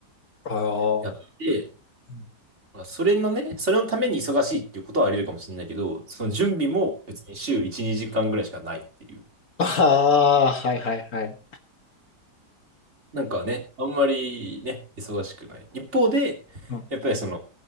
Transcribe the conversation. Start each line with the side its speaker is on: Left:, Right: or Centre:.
Left: あ
Right: やって、
Left: あ。うん。
Right: まあ、それのね、それのために忙しいっていうことはあり得るかもしれないけど、その準備も別に週1、2時間ぐらいしかないっていう。
Left: ああ、はいはいはい。
Right: なんかね、あんまりね、忙しくない。一方で、
Left: うん
Right: やっぱりその